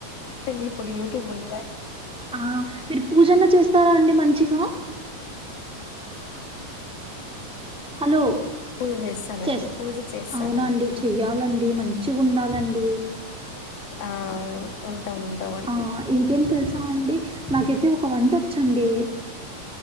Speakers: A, on the left; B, in the centre.
A: డి ఇప్పుడు యూట్యూబ్ ఉన్ల
B: ఆ మీరు పూజన్న చేస్తారా అండి మంచిగా?
A: చె
B: హలో
A: పూజ చేస్తానండి
B: చేస్
A: పూజ చేస్తానండి.
B: అవునా అండి చెయ్యాలండి మంచిగ ఉండాలండి.
A: ఆ ఉంటా ఉంటాం అండి
B: ఆ ఇంకేం తెలుసా అండి నాకైతే ఒక వంట వచ్చండి.